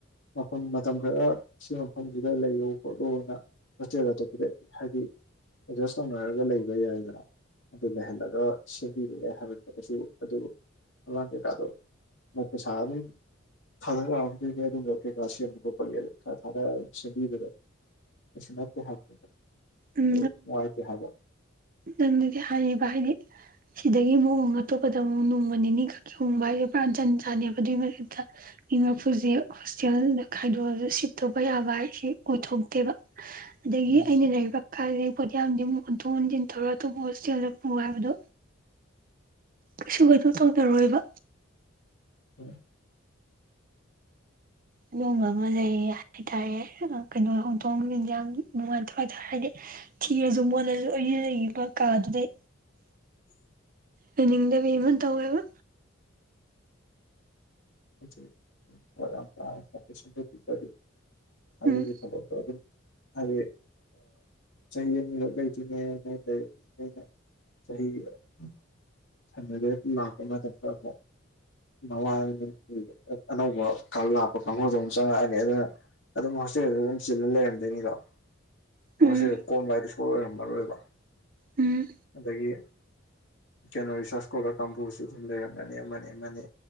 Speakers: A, on the left; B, on the right.
A: ꯃꯐꯝ ꯃꯇꯝ ꯈꯔ ꯁꯤ ꯃꯐꯝꯁꯤꯗ ꯂꯩꯌꯣ ꯈꯣꯠꯂꯣꯅ ꯍꯣꯁꯇꯦꯜ ꯑꯇꯣꯞꯄꯗ ꯍꯥꯏꯗꯤ ꯑꯦꯠꯖꯁ ꯇꯧꯅꯔꯒ ꯂꯩꯕ ꯌꯥꯏꯗꯅ ꯑꯗꯨ ꯂꯩꯍꯜꯂꯒ ꯁꯦꯝꯕꯤꯔꯦ ꯍꯥꯏꯕꯗꯨꯒꯁꯨ ꯑꯗꯨ ꯑꯉꯥꯡ ꯀꯩꯀꯥꯗꯣ ꯃꯔꯛꯇ ꯁꯥꯥꯔꯝꯅꯤ ꯊꯥꯗꯔꯛꯑꯝꯗꯣꯏꯅꯦ ꯑꯗꯨꯒꯝꯕ ꯀꯩꯀꯥ ꯁꯦꯝꯕ ꯈꯣꯠꯄꯒꯦ ꯈꯔ ꯊꯥꯗꯔ ꯁꯦꯝꯕꯤꯕꯗ ꯀꯩꯁꯨ ꯅꯠꯇꯦ ꯍꯥꯏꯕ
B: ꯎꯝ
A: ꯃꯅꯨꯡꯉꯥꯏꯇ ꯍꯥꯏꯕ
B: ꯅꯪꯅꯗꯤ ꯍꯥꯏꯔꯤꯕ ꯍꯥꯏꯗꯤ ꯁꯤꯗꯒꯤ ꯑꯃꯨꯛ ꯍꯣꯡ ꯑꯇꯣꯞꯄꯗ ꯑꯃꯨꯛ ꯅꯣꯡꯃ ꯅꯤꯅꯤ ꯈꯛꯀꯤ ꯍꯣꯡꯕ ꯍꯥꯏꯁꯦ ꯄꯨꯔꯥ ꯖꯟ ꯆꯥꯅꯤꯕ ꯑꯗꯨꯏ ꯃꯊꯛꯇ ꯃꯤ ꯃꯥꯔꯐꯨꯁꯦ ꯍꯣꯁꯇꯦꯜꯗ ꯈꯥꯏꯗꯣꯛꯑꯒ ꯁꯤꯐ ꯇꯧꯕ ꯌꯥꯕ ꯍꯥꯏꯁꯦ ꯑꯣꯏꯊꯣꯛꯇꯦꯕ ꯑꯗꯒꯤ
A: ꯎꯝ
B: ꯑꯩꯅ ꯂꯩꯔꯤꯕ ꯀꯥꯁꯤꯗꯒꯤ ꯄꯣꯠ ꯍꯣꯟꯊꯣꯛ ꯍꯣꯟꯖꯤꯟ ꯊꯧꯔ ꯑꯇꯣꯞꯄ ꯍꯣꯁꯇꯦꯜꯗ ꯄꯨ ꯍꯥꯏꯕꯗꯣ ꯀꯩꯁꯨ ꯀꯩꯅꯣ ꯇꯧꯅꯔꯣꯏꯕ
A: ꯎꯝ
B: ꯑꯗꯨꯒꯕ ꯑꯃ ꯂꯩ ꯍꯥꯏꯇꯥꯔꯦ ꯀꯩꯅꯣ ꯍꯣꯡꯊꯣꯡ ꯟꯁꯥꯡ ꯅꯨꯡꯉꯥꯏꯇꯉꯥꯏꯇꯥꯔꯦ ꯍꯥꯏꯗꯤ ꯊꯤꯔꯁꯨ ꯃꯣꯠꯂꯁꯨ ꯑꯩꯒꯤ ꯂꯩꯔꯤꯕ ꯀꯥꯗꯨꯗꯩ
A: <inaudible>
B: ꯂꯩꯅꯤꯡꯗꯕꯤ ꯑꯃ ꯇꯧꯋꯦꯕ
A: <unintelligible> ꯑꯗꯨꯒꯤ
B: ꯎꯝ
A: ꯊꯕꯛꯇꯣ ꯑꯗꯨꯝ ꯍꯥꯏꯕꯗꯤ ꯆꯍꯤ ꯑꯅꯤꯈꯛ ꯂꯩꯗꯣꯢꯅꯤ ꯑꯩꯅ ꯆꯍꯤ <unintelligible> ꯂꯥꯛꯄ ꯃꯇꯝꯗ ꯑꯃꯨꯛ ꯃꯃꯥꯡ ꯑꯅꯧꯕ ꯂꯥꯛꯄ ꯀꯥꯡꯒꯨꯗꯣ ꯑꯃꯨꯛ ꯆꯪꯉꯛꯑꯅꯤ ꯑꯗꯨꯅ ꯑꯗꯨꯝ ꯍꯣꯁꯇꯦꯜꯗꯤ ꯑꯗꯨꯝ ꯆꯤꯜꯂ ꯂꯩꯔꯝꯗꯣꯏꯅꯤꯗꯣ ꯍꯣꯁꯇꯦꯜ
B: ꯎꯝ
A: ꯀꯣꯝꯕ ꯍꯥꯏꯗꯨ ꯁꯨꯡ ꯑꯣꯏꯔꯝꯃꯔꯣꯏꯕ
B: ꯎꯝ
A: ꯑꯗꯒꯤ ꯀꯩꯅꯣ ꯔꯤꯔꯥꯁ ꯁꯀꯣꯜꯂꯔ ꯀꯥꯡꯕꯨꯁꯨ ꯑꯗꯨꯝ ꯂꯩꯔꯝꯒꯅꯤ ꯑꯃꯅꯤ ꯑꯃꯅꯤ